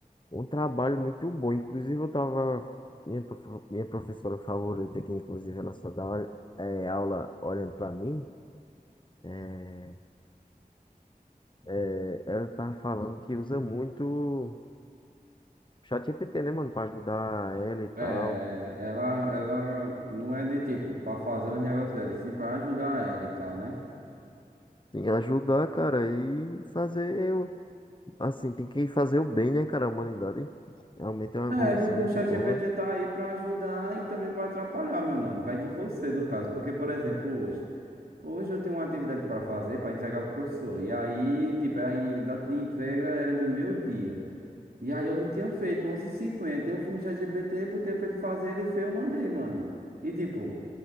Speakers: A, on the left; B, on the right.
A: um trabalho muito bom. Inclusive, eu tava. Minha, prof- minha professora favorita, que inclusive ela só dá aula- é, aula olhando pra mim, é, é, ela tá falando que usa muito. ChatGPT, né, mano, pra ajudar ela e tal.
B: é, ela, ela não é de tipo pra fazer os negócios dela, e sim pra ajudar ela e tal, né?
A: Tem que ajudar, cara, e fazer o. Assim, tem que fazer o bem, né, cara, a humanidade. Realmente é uma
B: É,
A: evolução
B: tipo,
A: muito
B: o ChatGPT
A: boa.
B: tá aí pra ajudar e também pra atrapalhar, meu mano. Vai de você, no caso. Porque, por exemplo, hoje. Hoje eu tenho uma atividade pra fazer, pra entregar pro professor. E aí, tipo, aí, a data de entrega era de meio-dia. E aí eu não tinha feito, onze h 50 Eu fui no ChatGPT, botei pra ele fazer, ele fez, eu mandei, mano. E, tipo,